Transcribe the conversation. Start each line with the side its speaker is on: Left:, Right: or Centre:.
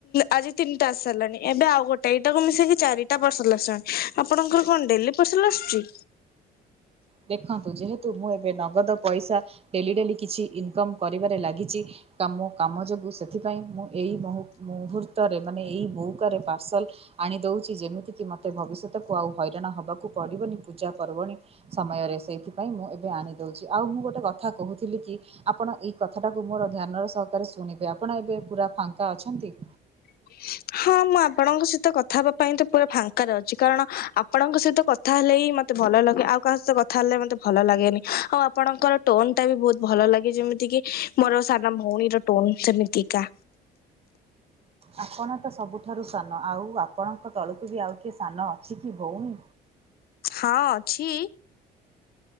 Left: ଆଜି ତିନିଟା ଆସି ସାରିଲାଣି ଏବେ ଆଉ ଗୋଟେ ଏଇଟାକୁ ମିଶେଇକି ଚାରିଟା ପସାରିଲ ଆସି ଆପଣଙ୍କର କଣ ଡେଲି ପାର୍ସଲ ଆସୁଛି?
Right: ଦେଖନ୍ତୁ ଯେହେତୁ ମୁଁ ଏବେ ନଗଦ ପଇସା ଡେଲି ଡେଲି କିଛି ଇନକମ୍ କରିବାରେ ଲାଗିଛି କାମ କାମ ଯୋଗୁଁ ସେଥିପାଇଁ ମୁଁ ଏଇ ମୁହୂର୍ତ୍ତରେ ମାନେ ଏଇ ମଉକାରେ ପାର୍ସଲ ଆଣିଦଉଛି ଯେମିତିକି ମୋତେ ମୋତେ ଭବିଷ୍ୟତକୁ ଆଉ ହଇରାଣ ହେବାକୁ ପଡ଼ିବନି ପୂଜା ପର୍ବଣିୀ ସମୟରେ ସେଇଥିପାଇଁ ମୁଁ ଏବେ ଆଣିଦଉଛି ଆଉ ମୁଁ ଗୋଟେ କଥା କହୁଥିଲି କି ଆପଣ ଏଇ କଥାଟାକୁ ମୋର ଧ୍ୟାନର ସହକାରେ ଶୁଣିବେ ଆପଣ ଏବେ ପୁରା ଫାଙ୍କା ଅଛନ୍ତି?
Left: <inaudible> ହଁ ମୁଁ ଆପଣଙ୍କ ସହିତ କଥା ହେବା ପାଇଁ ତ ପୁରା ଫାଙ୍କ ଅଛି କାରଣ ଆପଣଙ୍କ ସହିତ କ କଥା ହେଲେ ହିଁ ମତେ ଭଲ ଲାଗେ ଆଉ କାହା ସହିତ କଥା ହେଲେ ମତେ ଭଲ ଲାଗେନି ଆଉ ଆପଣଙ୍କର ଟୋନ ଟା ବି ବହୁତ ଭଲ ଲାଗେ ଯେମିତି କି ମୋର ସାନ ଭଉଣୀର ଟୋନ ସେମିତିକା।
Right: ଆପଣ ତ ସବୁଠାରୁ ସାନ ଆଉ ଆପଣଙ୍କ ତଳକୁ ବି ଆଉ କିଏ ସାନ ଅଛି କି ଭଉଣୀ?
Left: ହଁ ଅଛି।